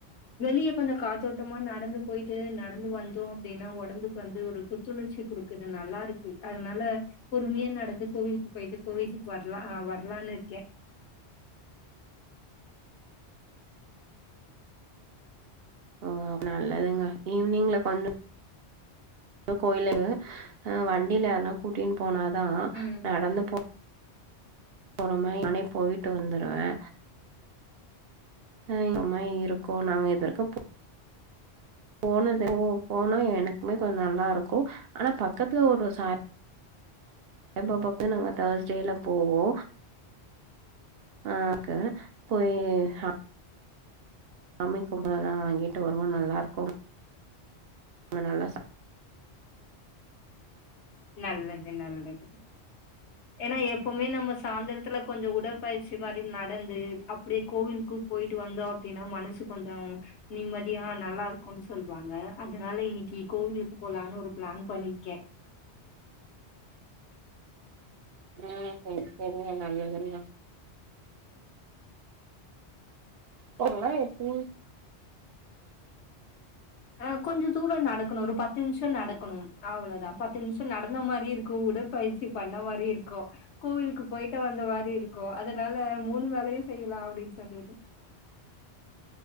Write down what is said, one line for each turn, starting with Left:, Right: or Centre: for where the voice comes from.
Left: வெளியே கொஞ்சோ காத்தோட்டமா நடந்து போய்ட்டு நடந்து வந்தோ அப்டினா ஒடம்புக்கு வந்து ஒரு புத்துணர்ச்சி குடுக்குது நல்லா இருக்கு அதுனால பொறுமையா நடந்து கோவிலுக்கு போய்ட்டு கோவிலுக்கு வர்லா அ வர்லான்னு இருக்கே
Right: ஓ நல்லதுங்க ஈவினிங்ல கொஞ்சோ கோயிலு <unintelligible> அ வண்டியில யார்னா கூட்டிகின்னு போனாதா
Left: ம்
Right: நடந்து போ போறமாரி நானே போய்ட்டு வந்துருவே அ இந்த மாரி இருக்கு நாங்க இதுவரைக்கு போனது ஓ போனா எனக்குமே கொஞ்சோ நல்லாருக்கு ஆனா பக்கத்துல ஒரு சா ய்பாபாக்கு நாங்க தேர்ஸ்டேல போவோ ஆ க்க போய் அ சாமி கும்ட எல்லா வாங்கிட்டு வருவோ நல்லாருக்கு அங்க நல்லா சா
Left: நல்லது நல்லது ஏன்னா எப்பவுமே நம்ம சாந்ரத்துல கொஞ்சோ உடற்ப் பயிற்சி மாரி நடந்து அப்டியே கோவிலுக்கு போய்ட்டு வந்தோ அப்டினா மனசு கொஞ்சோ நிம்மதியா நல்லாருக் குனு சொல்லுவாங்க அதனால இன்னைக்கி கோவிலுக்கு போலான்னு ஒரு ப்ளான் பண்ணிருக்கே
Right: செர் செர் செரிங்க நல்லதுங்க பொருல்லா <unintelligible>
Left: ஆ கொஞ்சோ தூரோ நடக்கணு ஒரு பத்து நிம்ஷோ நடக்கணு அவ்ளோதா பத்து நிம்ஷோ நடந்த மாரியுருக்கு உடற் பயிற்சி பண்ண மாரி இருக்கு கோவிலுக்கு போய்ட்டு வந்த மாரி இருக் கு அதனால மூணு வேலயு செய்யலா அப்டின்னு சொல்லிட்டு